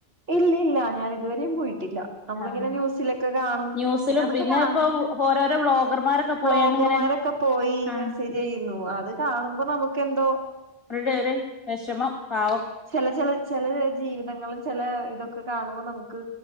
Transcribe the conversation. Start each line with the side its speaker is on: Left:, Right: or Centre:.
Right: ഇല്ല ഇല്ല ഞാൻ ഇതുവരെയും പോയിട്ടില്ല നമ്മളിങ്ങനെ
Left: ആഹ്
Right: ന്യൂസിലൊക്കെ കാണും
Left: ന്യൂസിലും
Right: പിന്നെ അതൊക്കെ കാണ
Left: ഇപ്പൊ ഓരോരോ വ്ളോഗർമാരൊക്കെ
Right: ബ്ലോഗർമാരൊക്കെ
Left: പോയാണ്ട് ഇങ്ങനെ
Right: പോയി
Left: ആ
Right: മെസ്സേജ് ചെയ്യുന്നു അത് കാണുമ്പോ നമുക്ക് എന്തോ..
Left: പിള്ളേര് വിഷമം പാവം
Right: ചില ചില ചില ജീവിതങ്ങളും ചില ഇതൊക്കെ കാണുമ്പോൾ നമുക്ക്